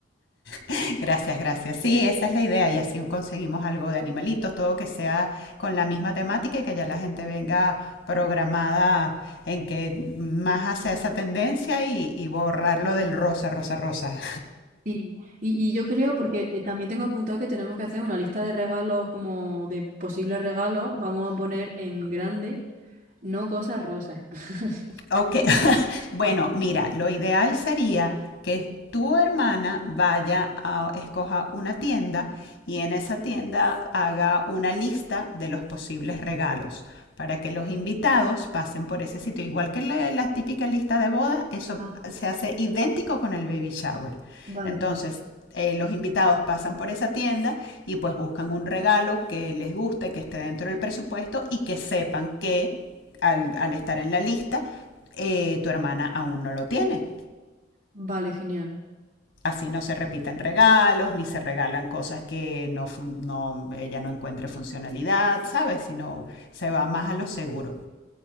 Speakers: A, on the left; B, on the right.
A: <laughs> Gracias, gracias. Sí, esa es la idea y así conseguimos algo de animalitos, todo que sea con la misma temática y que ya la gente venga programada en que más hace esa tendencia y, y borrarlo del rosa, rosa, rosa.
B: Sí, y, y yo creo, porque eh, también tengo apuntado que tenemos que hacer una lista de regalos, como de posibles regalos, vamos a poner en grande, no cosas rosas. <laughs>
A: Ok, <laughs> bueno, mira, lo ideal sería que tu hermana vaya a escoja una tienda y en esa tienda haga una lista de los posibles regalos para que los invitados pasen por ese sitio. Igual que la, la típica lista de bodas, eso
B: Ah,
A: se hace idéntico con el baby shower.
B: Vale.
A: Entonces, eh, los invitados pasan por esa tienda y pues buscan un regalo que les guste, que esté dentro del presupuesto y que sepan que al, al estar en la lista, eh, tu hermana aún no lo tiene.
B: Vale, genial.
A: Así no se repiten regalos, ni se regalan cosas que no, no ella no encuentre funcionalidad, ¿sabes? Sino se va más a lo seguro.